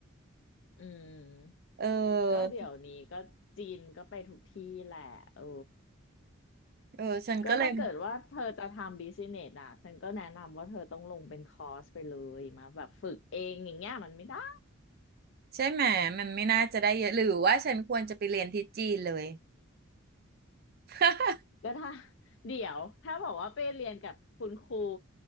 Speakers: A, on the left; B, on the right.
A: อืม
B: เอ
A: ก็เดี๋ยวนี้ก็จีนก็ไปทุกที่แหละเออ
B: อเออฉันก็เลย
A: ก็ถ้าเกิดว่าเธอจะทำบิสเนสอ่ะฉันก็แนะนำว่าเธอต้องลงเป็นคอร์สไปเลยมาแบบฝึกเองอย่างเงี้ยมันไม่ได้
B: ใช่ไหมมันไม่น่าจะได้เยอะหรือว่าฉันควรจะไปเรียนที่จีนเลย <laughs>
A: ก็ถ้าเดี๋ยวถ้าบอกว่าไปเรียนกับคุณครู